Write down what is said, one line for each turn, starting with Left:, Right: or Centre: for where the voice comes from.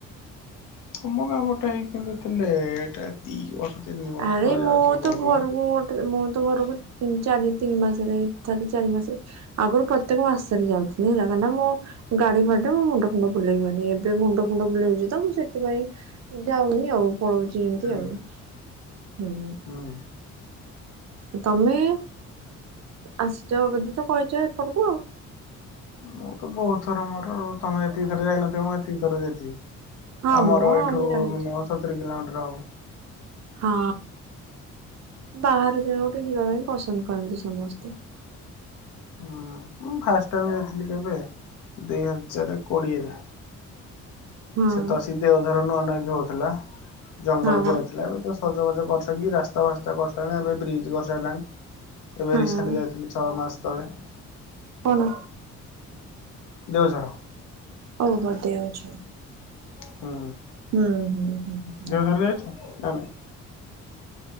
Left: ତୁମ ଗାଁ ପଟେ ହେଇକି କେମିତି ଏତେ ଲେଏଏଟ୍ ଦି ବର୍ଷ। ତିନି ବର୍ଷ
Right: ଆରେ
Left: ତଳେ
Right: ମୁଁ
Left: ଯାଉଥିଲ କହୁଛ
Right: ତ ଘରକୁ
Left: ମ।
Right: ଗୋଟେ ମୁଁ ତ ଘରକୁ। ଉଁ ଚାରି ତିନି ମାସରେ ଚାରି ଚାରି ମାସରେ ଆଗରୁ ପ୍ରତ୍ୟେକ ମାସରେ ଯାଉଥିଲି। ହେଲା କାଁ ନା ମୁଁ ଗାଡି ଫାଡିରେ ମୋ ମୁଣ୍ଡ ଫୁଣ୍ଡ ବୁଲେଇହୁଏନି ଏବେ ମୁଣ୍ଡ ଫୁଣ୍ଡ ବୁଲୋଉଚି ତ ମୁଁ ସେଥିପାଇଁ ଯାଉନି ଆଉ ପଳଉଚି ଏମିତି
Left: ହୁଁ
Right: ଆଉ ହୁଁ।
Left: ହୁଁ।
Right: ତମେ ଆସିଚ ବୋଧେ ତ କହିଚ ଏପଟକୁ ଆଉ।
Left: ମୁଁ ତ ବହୁତ ଥର ମୋର ତମେ ଯେତିକି ଥର ଯାଇନଥିବ ମୁଁ ଏତିକି ଥରେ ଯାଇଥିବି।
Right: ହଁ
Left: ଆମର
Right: ମ
Left: ଏଇଠୁ
Right: ମୁଁ ଜାଣିଛି
Left: ମିନିମମ୍ ସତୁରି କିଲୋମିଟର ହବ।
Right: ହଁ। ବାହାର ଜାଗାକୁ ଟିକେ ଯିବା ପାଇଁ ପସନ୍ଦ କରନ୍ତି ସମସ୍ତେ।
Left: ହୁଁ ମୁଁ ଫାଷ୍ଟ ଟାଇମ୍ ଯାଇଥିଲି କେବେ ଦୁଇ ହଜାରେ କୋଡିଏରେ।
Right: ହଁ
Left: ସେ ତ ଅସି ଦେଓଧର ନୂଆ ନାଇ ହଉଥିଲା। ଜଙ୍ଗଲ
Right: ହଁ।
Left: ପୁର ଥିଲା ଏବେ ତ ସଜ ବାଜ କରିସାରିକି ରାସ୍ତା ଫାସ୍ତା କରିସାଇଲାଣି ଏବେ ବ୍ରିଜ କରିସାଇଲାଣି। ଏବେ
Right: ହଁ
Left: ରିସେଣ୍ଟ ଯାଇଥିଲି ଛଅ ମାସ ତଳେ।
Right: ପୁଣି।
Left: ଦେଓଝର।
Right: ଓହୋ ଦେଓଝର।
Left: ହୁଁ
Right: ହୁଁ ହୁଁ ହୁଁ ହୁଁ।
Left: ଦେଓଝର ଯାଇଛ ନା ନା।